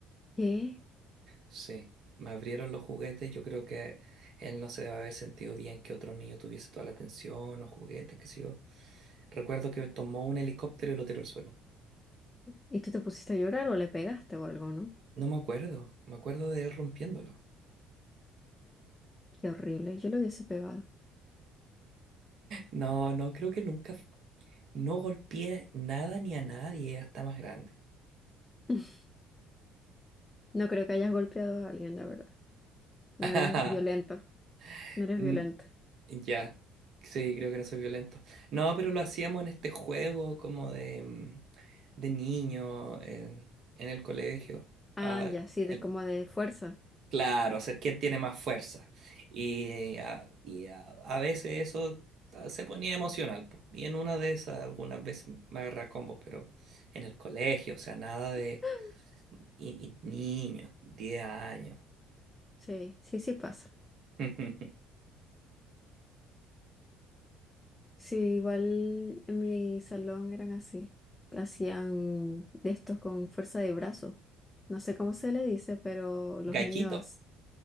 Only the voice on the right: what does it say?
Sí, me abrieron los juguetes. Yo creo que él no se debe haber sentido bien que otro niño tuviese toda la atención o juguetes, qué sé yo. Recuerdo que tomó un helicóptero y lo tiró al suelo.
No me acuerdo, me acuerdo de él rompiéndolo.
No, no, creo que nunca. f- No golpeé nada ni a nadie hasta más grande.
<laughs>
Mm,
Ya, sí, creo que no soy violento. No, pero lo hacíamos en este juego como de, mm, de niño, en en el colegio.
Ah,
el
Claro, hacer quién tiene más fuerza. Y, a, y a, a veces eso ah, se ponía emocional. po. Y en una de esas, algunas veces me agarra a combos, pero en el colegio, o sea, nada de
y, y niños, 10 años.
<laughs>
Gallito.